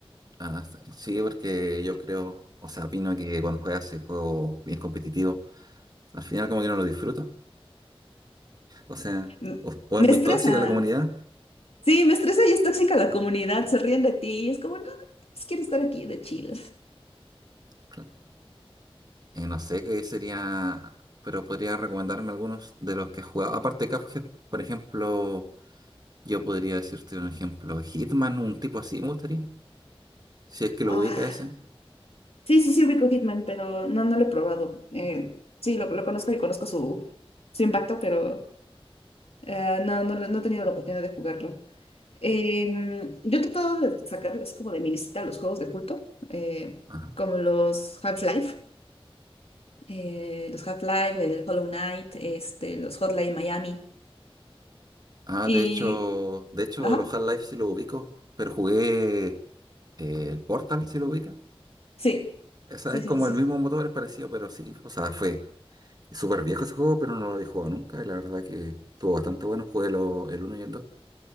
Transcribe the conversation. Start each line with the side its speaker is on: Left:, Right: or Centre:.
Right: Ah, sí, sí, porque yo creo, o sea, opino que cuando juegas ese juego bien competitivo, al final como que no lo disfrutas. O sea,
Left: M-
Right: o, o
Left: Me
Right: es muy
Left: estresa.
Right: tóxica la comunidad.
Left: Sí, me estresa y es tóxica la comunidad, se ríen de ti es como, no, pues, quiero estar aquí de chill.
Right: Cla- eh, no sé qué sería, pero podría recomendarme algunos de los que he jugado. Aparte de Cuphead, por ejemplo, yo podría decirte un ejemplo, Hitman, un tipo así me gustaría. Si es que lo
Left: Ah,
Right: ubica ese.
Left: Sí, sí, sí, ubico Hitman, pero no, no lo he probado. Eh, sí, lo, lo conozco y conozco su, su impacto, pero eh, no, no, lo- no he tenido la oportunidad de jugarlo. Em, yo he tratado de sacar, es como de mi lista, los juegos de culto, eh,
Right: Ajá.
Left: como los Half-Life, eh, los Half-Life, el Hollow Knight, este, los Hotline Miami.
Right: Ah,
Left: Y,
Right: de hecho, de hecho,
Left: ajá,
Right: los Half-Life sí lo ubico, pero jugué eh, el Portal, si lo ubica.
Left: sí,
Right: Esa
Left: sí,
Right: es
Left: sí,
Right: como
Left: sí.
Right: el mismo motor, es parecido, pero sí, o sea, fue súper viejo ese juego, pero no lo había jugado nunca. Y la verdad que estuvo bastante bueno. Jugué lo- el uno y el dos